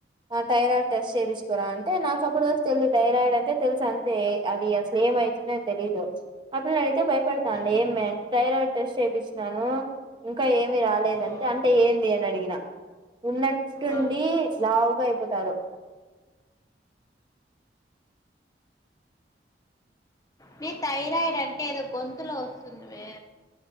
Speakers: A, on the right; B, on the left.
A: ఆ థైరాయిడ్ టెస్ట్ చేయించుకురా అంటే నాకు అప్పుడు వరకు తెలీదు థైరాయిడ్ అంటే తెలుసు అంతే అది అసలు ఏమవుతుంద అని తెలీదు అప్పుడు అడిగితే బాయ పెడతాండి
B: ఉమ్,
A: ఏమి అంటే థైరాయిడ్ టెస్ట్ చేయించినాను ఇంకా ఏమి రాలేదంటే
B: ఆ,
A: అంటే ఏంది అని అడిగినా ఉన్నట్టుండి
B: ఆ.
A: లావుగా అయిపోతారు
B: మీ థైరాయిడ్ అంటే ఏదో గొంతులో వస్తుంది. మే